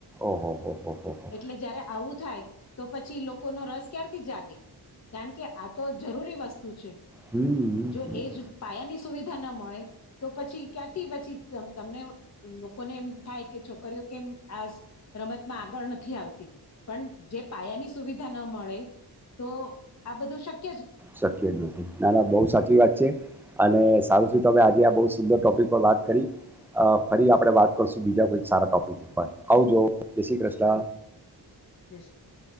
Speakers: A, in the centre; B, on the left.
A: ઓહો હો હો હો હો
B: એટલે જયારે આવું થાય તો પછી લોકો નો રસ ક્યારથી જાગે. કારણ કે આ તો જરૂરી વસ્તુ છે
A: હમ હમ,
B: જો
A: હમ.
B: એજ પાયાની સુવિધા ન મળે તો પછી ક્યાંથી પછી તમને લોકોને એમ થાય કે છોકરીઓ કેમ આ રમતમાં આગળ નથી આવતી પણ જે પાયાની સુવિધા ન મળે તો આ બધું શક
A: શક્ય જ નથી ના ના બહુ સાચી વાત છે અને સારુ
B: હમ
A: થયું તમે આજે બહું સુંદર ટોપિક પર વાત કરી ફરી આપણે વાત કરશું બીજા કોઈક સારા ટોપિક ઉપર આવજો જય શ્રી કૃષ્ણ
B: આવજો જે શ્રી